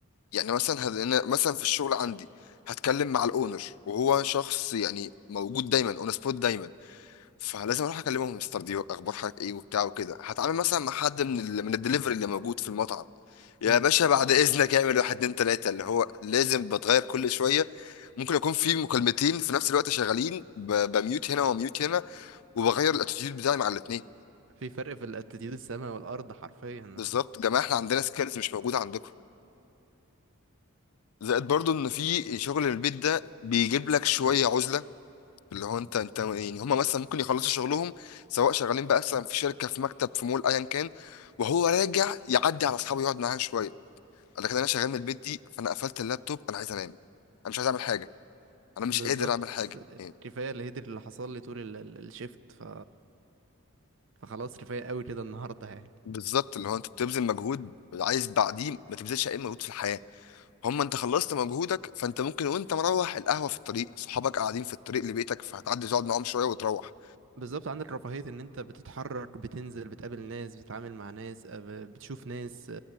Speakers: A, on the left; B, on the right.
A: يعني مثلا هد... أنا مثلا في الشغل عندي هتكلم مع الاونر وهو شخص يعني موجود دايما اون سبوت دايما فلازم اروح اكلمهم مستر دي اخبار حضرتك ايه وبتاع وكده هتعامل مثلا مع حد من ال... من الدليفري اللي موجود في المطعم يا
B: امم
A: باشا بعد اذنك اعمل واحد اتنين تلاته اللي هو لازم بتغير كل شويه ممكن يكون في مكالمتين في نفس الوقت شغالين ب... بميوت هنا وميوت هنا وبغير الاتيتيود بتاعي مع الاثنين
B: في فرق في الاتيتيود السما والارض حرفيا
A: بالظبط جماعه احنا عندنا سكيلز مش موجوده عندكم زائد برضو ان في شغل البيت ده بيجيب لك شويه عزله اللي هو انت انت يعني هم مثلا ممكن يخلصوا شغلهم سواء شغالين بقى مثلا في شركه في مكتب في مول ايا كان وهو راجع يعدي على اصحابه يقعد معاهم شويه لكن انا شغال من البيت دي فانا قفلت اللابتوب انا عايز انام انا مش عايز اعمل حاجه
B: <laughs>
A: انا مش
B: بالظبط
A: قادر اعمل حاجه يعني
B: كفايه الهيدر اللي حصل لي طول ال- ال- الشيفت ف فخلاص رفاهية قوي كده النهاردة يعني
A: بالظبط اللي هو انت بتبذل مجهود عايز بعديه ما تبذلش اي مجهود في الحياه هم انت خلصت مجهودك فانت ممكن وانت مروح القهوه في الطريق صحابك قاعدين في الطريق لبيتك فهتعدي تقعد معاهم شويه وتروح
B: بالظبط عندك رفاهية ان انت بتتحرك بتنزل بتقابل ناس بتتعامل مع ناس آه، ب- بتشوف ناس